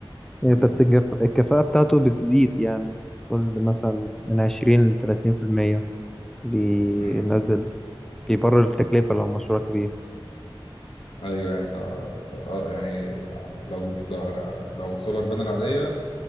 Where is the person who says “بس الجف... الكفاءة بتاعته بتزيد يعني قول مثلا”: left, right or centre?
Centre